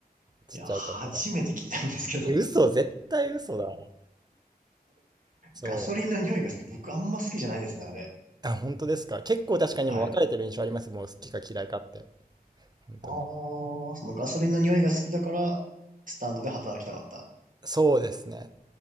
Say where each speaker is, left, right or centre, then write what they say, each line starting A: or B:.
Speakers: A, on the right; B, on the right.
A: ちっちゃい子とか。
B: いや、初めて聞いたんですけど。
A: え、嘘、絶対嘘だ。そう。
B: ガソリンの匂いが好き。僕あんま好きじゃないですね、あれ。
A: あ、本当ですか。結構確かにもう分かれてる印象あります。
B: はい。
A: もう好きか嫌いかって。本当に。
B: ああ、そのガソリンの匂いが好きだから、スタンドで働きたかった。
A: そうですね。